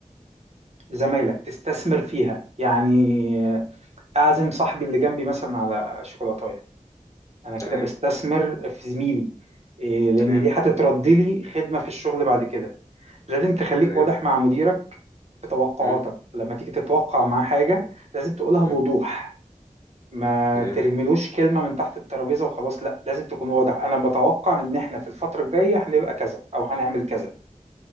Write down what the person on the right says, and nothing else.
لزمايلك تستثمر فيها يعني اعزم صاحبي اللي جنبي مثلا على شوكولاتايه انا كده
بستثمر في زميلي إيه، لان
دي هتتردي لي خدمه في الشغل بعد كده لازم تخليك
واضح مع مديرك في توقعاتك
لما تيجي تتوقع معاه حاجه لازم تقولها
بوضوح ما
ترميلوش كلمه من تحت الترابيزه وخلاص لا لازم تكون واضح انا بتوقع ان احنا في الفتره الجايه هنبقى كذا او هنعمل كذا